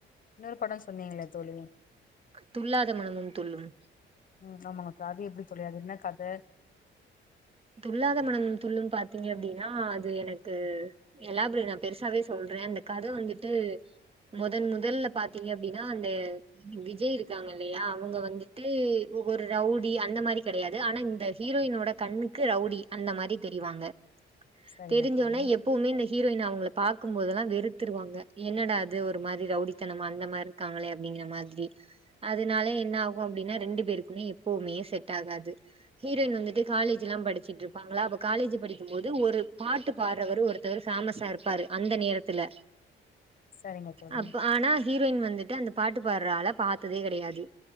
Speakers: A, on the left; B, on the right.
A: இன்னொரு பட சொன்னீங்களே தோழி
B: துள்ளாத மனமும் துள்ளும்
A: ம் ஆமாங்க அது எப்டி தோழி அது என்ன கத
B: துள்ளாதமனம் துள்ளும் பாத்தீங்கன அப்டின்னா அது எனக்கு எலாபே நா பெருசாவே சொல்றே அந்த கத வந்துட்டு மொதன் மொதல்ல பாத்தீங்க அப்டின்னா அந்த விஜய் இருக்காங்க இல்லயா அவங்க வந்துட்டு ஒரு ரவுடி அந்த மாரி கடையாது ஆனா இந்த ஹீரோயினோட கண்ணுக்கு ரவுடி அந்த மாரி தெரிவாங்க
A: சரிங்க
B: தெரிஞ்சவுனே
A: தோழி
B: எ எப்புமே இந்த ஹீரோயின் அவங்கள பாக்கும்போதல்லாம் வெறுத்துருவாங்க என்னடா அது ஒரு மாரி ரவுடித்தனம் அந்த மாரி க்காங்களே அப்டிங்கிற மாரி அதனால என்ன ஆகும் அப்டின்னா ரெண்டு பேருக்குமே எப்பவுமே செட் ஆகாது ஹீரோயின் வந்துட்டு காலேஜ்லாம் படிச்சிட்டு இருப்பாங்களா அப்போ காலேஜ் படிக்கும்போது ஒரு பாட்டு பாடறவரு ஒருத்தவரு ஃபேமஸா இருப்பாரு அந்த நேரத்துல
A: சரிங்க தோழி
B: அப் ஆனா ஹீரோயின் வந்துட்டு அந்த பாட்டு பாடுற ஆள பாத்ததே கெடையாது